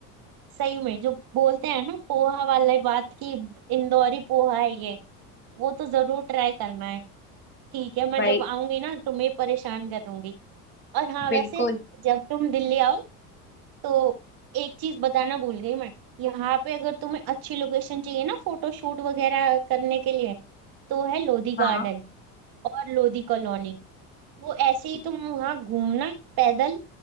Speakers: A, on the right; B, on the left.
A: सही में जो बोलते हैं ना पोहा वाला बात की इंदौरी पोहा है ये वो तो जरूर ट्राई करना है ठीक है मैं
B: भाई
A: जब आऊंगी ना तुम्हें परेशान करूंगी और हाँ
B: बिल्कुल
A: वैसे जब तुम दिल्ली आओ तो एक चीज बताना भूल गई मैं यहाँ पे अगर तुम्हें अच्छी लोकेशन चाहिए ना फोटो शूट वगैरह करने के लिए तो है लोधी गार्डन
B: हाँ
A: और लोधी कॉलोनी वो ऐसे ही तुम वहाँ घूमना पैदल